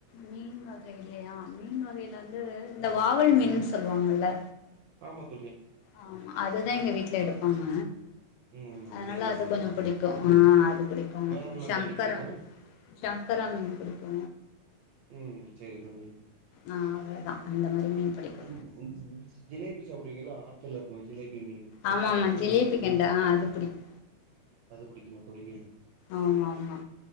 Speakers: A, on the left (about 80°); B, on the right (about 75°).
A: மீன் வகைலயா மீன் வகைல வந்து இந்த வாவல் மீன்னு சொல்லுவாங்கல்ல
B: ஆமா தோ
A: ஆமா அதுதா‌ எங்க வீட்ல எடுப்பாங்க
B: ம்
A: அதனால
B: அப்டியா தோழி
A: அது கொஞ்சோ பிடிக்கோ ஆ அது பிடிக்கோ
B: வேற என்ன
A: ஷங்கரா
B: தோழி புடிக்கு
A: ஷங்கரா மீன் பிடிக்கு
B: ம் செரி தோளி
A: ஆ அவ்ளோதா அந்த மாரி மீன் புடிக்கு
B: ம் ம் ம் ஜிலேபி சாப்டுவீங்களா ஆத்துல்ல இருக்குமே ஜிலே பி மீன் அது
A: ஆமா
B: சாப்டுவிங்களா
A: ஆமா ஜிலேபி கெண்ட ஆ அது புடிக்கு
B: அது புடிக்குமா தோளி
A: ஆமா ஆமா